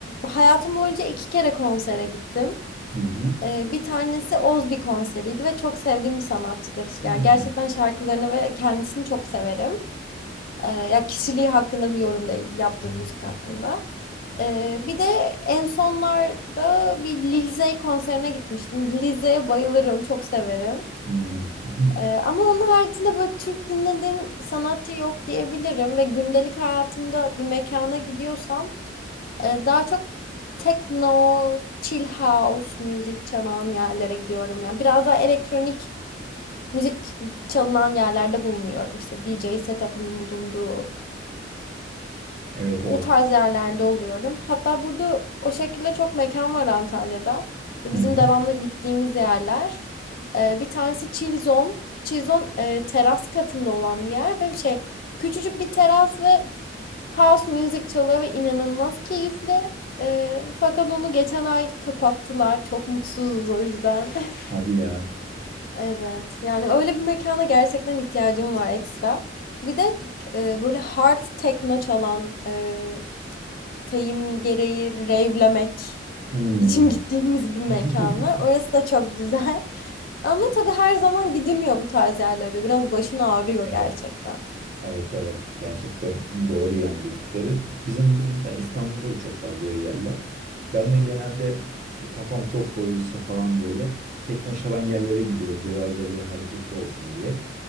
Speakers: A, on the left; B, on the right.
A: hayatım boyunca iki kere konsere gittim.
B: Hı hı.
A: Ee, bir tanesi Ozbi konseriydi ve çok sevdiğim bir sanatçıdır.
B: Hmm.
A: Yani gerçekten şarkılarını ve kendisini çok severim. Ee, ya kişiliği hakkında bir yorum da yaptığım müzik hakkında. Ee, bir de en sonlarda bir Lil Zey konserine gitmiştim. Lil Zey'e bayılırım, çok severim.
B: Hmm. <laughs>
A: Ee, ama onun haricinde böyle Türk dinlediğim sanatçı yok diyebilirim ve gündelik hayatımda bir mekana gidiyorsam e, daha çok techno, chill house müzik çalan yerlere gidiyorum. Yani biraz daha elektronik müzik çalınan yerlerde bulunuyorum. İşte DJ setup'ının bulunduğu
B: Evet evet.
A: o tarz yerlerde oluyorum. Hatta burada o şekilde çok mekan var Antalya'da. Ve
B: Hı
A: bizim
B: hı.
A: devamlı gittiğimiz yerler. Ee, bir tanesi Chill Zone. Chill Zone e, teras katında olan bir yer ve bir şey küçücük bir teras ve house music çalıyor ve inanılmaz keyifli. Ee, fakat onu geçen ay kapattılar. Çok mutsuzuz o yüzden. <laughs>
B: Hadi ya.
A: Evet. Yani öyle bir mekana gerçekten ihtiyacım var ekstra. Bir de e, böyle hard techno çalan e, Teyim gereği revlemek
B: Hmm.
A: için <laughs> gittiğimiz bir mekan
B: <laughs>
A: var. Orası da çok güzel. <laughs> Ama tabii her zaman gidilmiyor bu tarz yerlerde. Biraz başın ağrıyor
B: Evet.
A: gerçekten.
B: Evet evet gerçekten doğru yani dediklerin. Bizim burada da İstanbul'da da çok var böyle yerler. Ben de genelde e, kafam çok doluysa falan böyle tekno çalan yerlere gidiyorum. Biraz da böyle hareketli olsun diye.